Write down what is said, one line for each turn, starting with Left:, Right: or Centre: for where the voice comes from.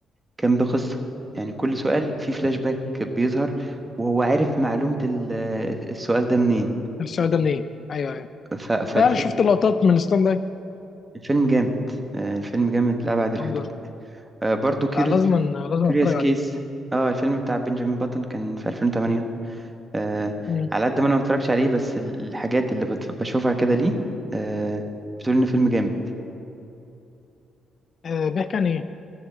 Right: كان بقصة يعني كل سؤال فيه فلاش باك بيظهر وهو عارف معلومة ال- السؤال ده منين
Left: الشعور ده منين ايوه أيوه.
Right: ف... فالفيلم
Left: لا انا شفت لقطات من ستاند اب
Right: الفيلم جامد آه، الفيلم جامد لأبعد الحدود
Left: الحمد لله
Right: آه، برضو كيوريوس
Left: لا، لازم لازم
Right: كوريوس
Left: اتفرج
Right: كيس
Left: عليه
Right: اه الفيلم بتاع بنجامين باتون كان في 2008 آه
Left: مم.
Right: على قد ما انا ما اتفرجش عليه بس ال- الحاجات اللي بتف- بشوفها كده ليه آه بتقول ان فيلم جامد
Left: آه بيحكي عن ايه